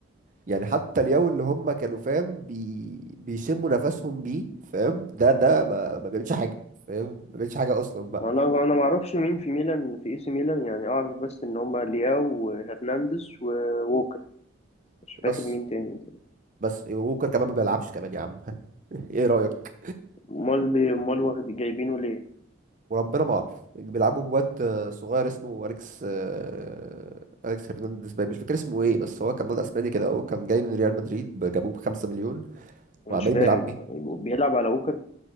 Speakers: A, on the right; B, on the left.
A: يعني حتى اليوم اللي هم كانوا فاهم بي... بيشموا نفسهم بيه فاهم ده ده ما, ما بيعملش حاجة فاهم ما بيعملش حاجة اصلا بقى
B: وانا انا ما اعرفش مين في ميلان في اي سي ميلان يعني اعرف بس ان هما لياو وهرنانديز ووكر مش فاكر
A: بس
B: مين تاني
A: بس ووكر كمان ما بيلعبش كمان يا عم <laughs> ايه رأيك
B: امال بي- امال واخد جايبينه ليه
A: وربنا ما اعرف بيلعبوا بواد صغير اسمه اليكس آه، اليكس هرنانديز باين مش فاكر اسمه ايه بس هو كان واد اسباني كده اهو كان جاي من ريال مدريد ب- جابوه ب 5 مليون
B: أنا
A: وعمال
B: مش فاهم
A: بيلعب بيه
B: يعني بيلعب على ووكر